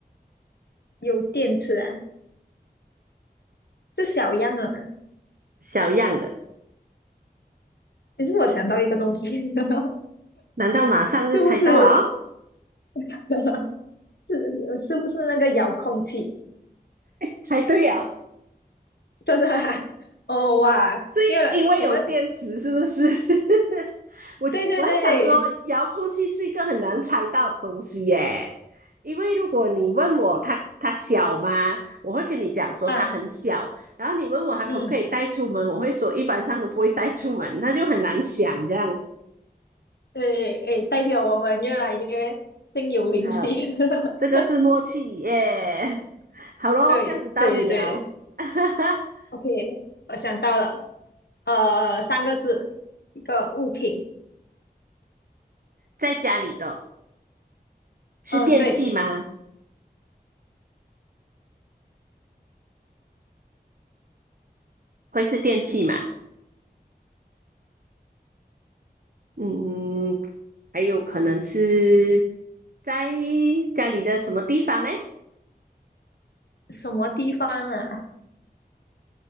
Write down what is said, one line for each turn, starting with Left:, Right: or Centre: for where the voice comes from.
Left: 有电池啊，是小样的吗？
Right: 小样的。
Left: 其实我想到一个东西，<laughs>
Right: 难道马上就猜到了、
Left: 是不是？
Right: 哦
Left: <laughs> 是是不是那个遥控器？
Right: 猜对啊！
Left: 真的啊？<laughs> 哦哇，
Right: 是因为有电池，
Left: 越来我们
Right: 是不是？<laughs> 我我还想说，
Left: 对对对，
Right: 遥控器是一个很难猜到的东西耶。因为如果你问我它它小吗，我会跟你讲说它很小。
Left: 嗯。
Right: 然后你问我它可不可以带出门，
Left: 嗯，
Right: 我会说一般上都不会带出门，那就很难想这样。
Left: 对，诶，代表我们越来越心有灵犀。
Right: 它
Left: <laughs>
Right: 这个是默契耶。<laughs> 好咯，
Left: 对对对
Right: 这样子到你哦。<laughs>
Left: ，OK，我想到了，呃，三个字，一个物品，
Right: 在家里的是电器吗？
Left: 呃，对，
Right: 会是电器吗？嗯，还有可能是在家里的什么地方哎，
Left: 什么地方啊？